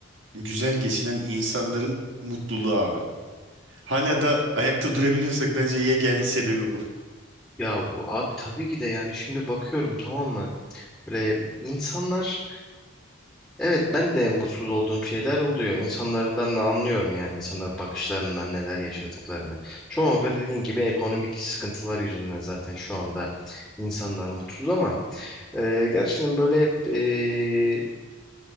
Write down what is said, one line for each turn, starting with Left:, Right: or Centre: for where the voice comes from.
Right: güzel geçinen insanların mutluluğu abi. Hala da ayakta durabiliyorsak bence yegane sebebi bu.
Centre: Ya abi tabii ki de yani şimdi bakıyorum tamam mı? Böyle insanlar evet ben de mutsuz olduğum şeyler oluyor. İnsanlardan da anlıyorum yani insanların bakışlarından neler yaşadıklarını. Çoğunlukla dediğin gibi ekonomik sıkıntılar yüzünden zaten şu anda insanlar mutsuz ama Ee, gerçekten böyle ee,